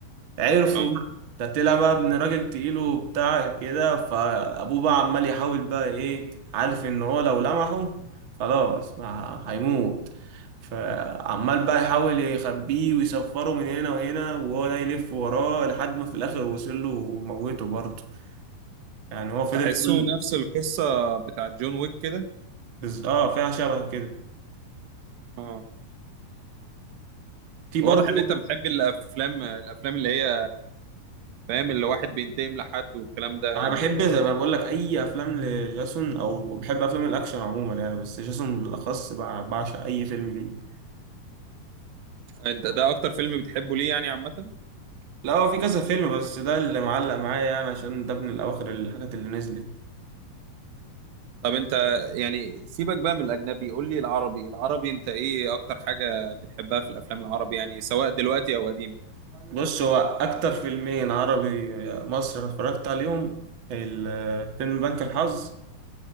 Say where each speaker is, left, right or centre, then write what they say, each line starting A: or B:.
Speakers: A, on the right; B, on the right.
A: عرفوا
B: اه
A: بقى ده طلع بقى ابن راجل تقيل وبتاع كده فابوه بقى عمال يحاول بقى ايه عارف ان هو لو لمحه خلاص ما هيموت فعمال بقى يحاول يخبيه ويسفره من هنا وهنا وهو ده يلف وراه لحد ما في الاخر وصل له وموته برضه يعني هو فضل
B: تحسه
A: يقول
B: نفس القصة بتاعت جون ويك كده
A: بز... اه فيها شبه كده
B: اه
A: في برضو
B: فواضح ان انت بتحب الافلام الافلام اللي هي فاهم اللي واحد بينتقم لحد والكلام ده
A: انا بحب زي ما بقول لك اي افلام لجاسون او بحب افلام الاكشن عموما يعني بس جاسون بالاخص بع- بعشق اي فيلم ليه
B: انت ده اكتر فيلم بتحبه ليه يعني عامة
A: لا هو في كذا فيلم بس ده اللي معلق معايا يعني عشان ده من الاواخر الحاجات اللي نزلت
B: طب انت يعني سيبك بقى من الاجنبي قول لي العربي العربي انت ايه اكتر حاجة بتحبها في الافلام العربي يعني سواء دلوقتي او قديمة
A: بص هو اكتر فيلمين عربي مصر اتفرجت عليهم الفيلم بنك الحظ